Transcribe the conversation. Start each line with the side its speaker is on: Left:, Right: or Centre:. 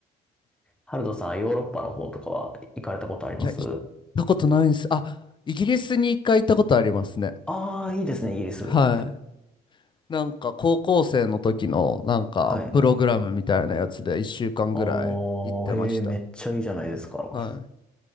Centre: ハルトさん、ヨーロッパの方とかは行かれたことあります
Left: いや、行ったことないんです。あ、イギリスに一回行ったことありますね。
Centre: ああー、いいですね、イギリス。
Left: はい。なんか高校生の時のなんかプログラムみたいなやつで一週間ぐらい行ってました。
Centre: はい。ああ、へえ、めっちゃいいじゃないですか。
Left: はい。